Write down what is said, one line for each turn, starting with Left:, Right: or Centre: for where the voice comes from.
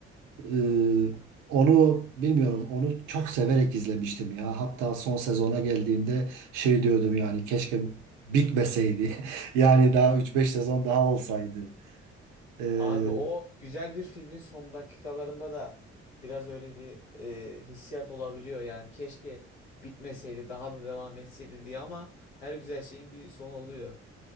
Right: Ee, onu bilmiyorum. Onu çok severek izlemiştim ya. Hatta son sezona geldiğimde şey diyordum yani keşke bitmeseydi. <laughs> Yani daha üç beş sezon daha olsaydı. Ee,
Left: Abi o güzel bir filmin son dakikalarında da biraz öyle bir e, hissiyat olabiliyor yani. Keşke bitmeseydi, daha da devam etseydi diye ama her güzel şeyin bir sonu oluyor.